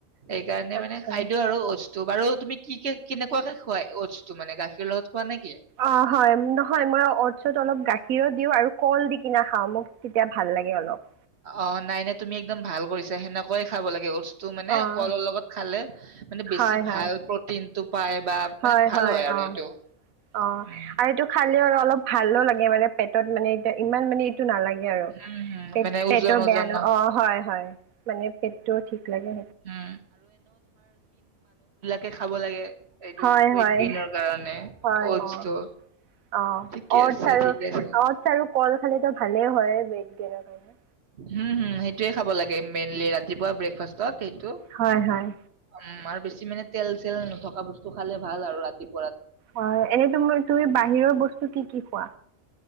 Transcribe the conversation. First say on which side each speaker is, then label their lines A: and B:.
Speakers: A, on the right; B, on the right.
A: এইকাৰণে
B: আচ্ছা
A: মানে খাদ্য ওটছ বাৰু তুমি কি কে কেনেকুৱাকে খোৱা ওটছ তো মানে গাখীৰ লগত খোৱা নেকি?
B: অ, হয়, নহয় মই ওটছ অলপ গাখীৰত দিওঁ আৰু কল দি কিনা খাওঁ মোক তেতিয়া ভাল লাগে অলপ।
A: অ নাই নাই তুমি একদম ভাল কৰিছা সেনেকুৱাই খাব লাগে ওটছ এটো মানে
B: অ'
A: কলৰ লগত খালে মানে বেছি
B: হয় হয়
A: ভাল প্ৰটিনটো পায় বা মানে
B: হয়,
A: ভাল
B: হয়
A: আৰু
B: অ',
A: এইটো
B: অ'
A: উম
B: আৰু এইটো খালি আৰু অলপ ভালো লাগে মানে পেটত মানে এতিয়া ইমান মানে নালাগে আৰু
A: হম হম
B: পে
A: মানে ওজন
B: পেটৰ
A: ওজন
B: বেয়া ন অ, হয় হয় মানে পেটটো ঠিক লাগে।
A: উম কে খাব লাগে এইটো
B: হয়
A: ওৱেইট
B: হয়
A: গেইনৰ কাৰণে
B: হয়
A: অটছটো
B: অ' অ'
A: ঠিকে
B: অ'টছ
A: আছে
B: আৰু
A: ঠিকে আছে
B: অ'টছ আৰু কল খালিটো ভালে হয় ওৱেইট গেইনৰ কাৰণে
A: হু হু সেইটোয়ে খাব লাগে মেইনলি ৰাতিপুৱা ব্ৰেকফাষ্টত সেইটো
B: হয়। হয়।
A: উম। আৰু বেছি মানে তেল-চেল নথকা বস্তু খালে ভাল আৰু ৰাতি
B: অ এনেই তো মই তুমি বাহিৰৰ বস্তু কি কি কোৱা?